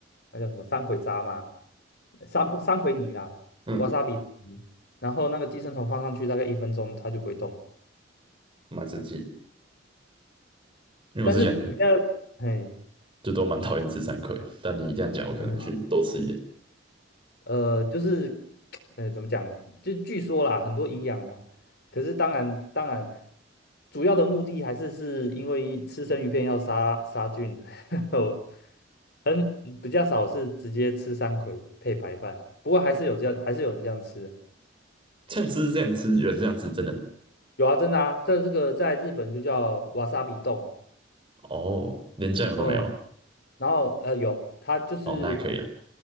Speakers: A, on the left (about 60°); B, on the right (about 30°).
A: 那叫什么山葵渣嘛，山山葵泥啦瓦萨比泥。
B: 嗯，
A: 然后那个寄生虫放上去大概一分钟，它就不会动。
B: 蛮神奇的因为我之前
A: 但是不要，嘿，
B: 就都蛮讨厌吃山葵，但你这样讲，我可能去多吃一点。
A: 哦真的吗？呃，就是，呃，怎么讲？就据说啦，很多营养啊。可是当然，当然，主要的目的还是是因为吃生鱼片要杀杀菌啊，<laughs> 我很比较少是直接吃山葵配白饭。不过还是有这样，还是有人这样吃啊。
B: 这样吃，这样吃，有人这样吃，真的
A: 有啊，真的啊，在这个在日本就叫瓦萨比冻，
B: 哦，连酱油都没有
A: 嗯，然后呃有，它就是
B: 哦，那还可以了。